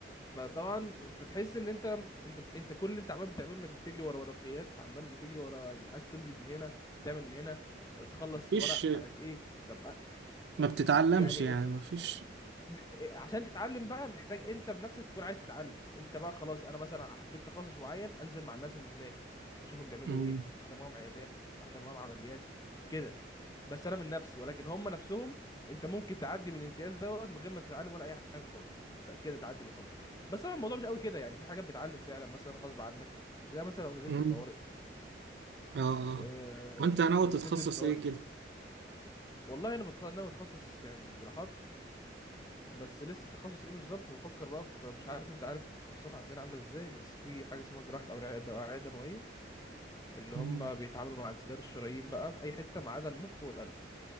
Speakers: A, on the left; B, on the right.
A: فطبعا فتحس ان انت انت بت... انت كل اللي انت عمال بتعمله انك بتجري ورا ورقيات عمال بتجري ورا عايز تمضي من هنا تعمل من هنا تخلص
B: مفيش
A: ورق مش عارف ايه طب أ-
B: ما بتتعلمش
A: يعني
B: يعني مفيش
A: م- إيه، عشان تتعلم بقى محتاج انت بنفسك تكون عايز تتعلم انت بقى خلاص انا مثلا حبيت تخصص معين انزل مع الناس اللي هناك اشوفهم بيعملوا
B: مم.
A: ايه احضر معاهم عيادات احضر معاهم عمليات كده بس انا من نفسي ولكن هم نفسهم انت ممكن تعدي من الامتياز دوت من غير ما تتعلم ولا اي حاجه خالص كده تعدي بالحب كده بس طبعا الموضوع مش قوي كده يعني في حاجات بتعلم فعلا مثلا غصب عنك زي مثلا لو نزلت
B: مم.
A: الطوارئ
B: اه آه.
A: آه...
B: وانت ناوي
A: لما
B: تتخصص
A: بتنزل الطوارئ
B: ايه كده
A: والله انا بتخ... انا بتخصص يعني جراحات بس لسه تخصص ايه بالظبط بفكر بقى في مش عارف انت عارف التخصصات عندنا عامله ازاي بس في حاجه اسمها جراحه اوعيه اوعيه دمويه اللي
B: مم.
A: هم بيتعاملوا مع انسداد الشرايين بقى في اي حته ما عدا المخ والقلب